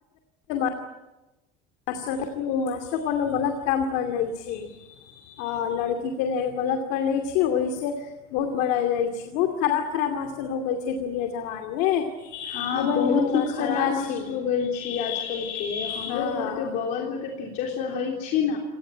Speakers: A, on the left; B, on the left.
A: <unintelligible> आशर्य कि ओ मास्टरो कोनो गलत काम कर लै छी आ लड़की के ल गलत कर ले छी ओहि से बहुत मरायल जाइ छी बहुत खराब खराब दुनिया जवानी मे
B: हँ
A: निमन
B: बहुत
A: निमन मास्टर
B: खराब
A: ना
B: मास्टर
A: छी
B: हो गेल छी आजकल के हमरो
A: हँ
B: घर के बगल मे के टीचर सब हय छी ने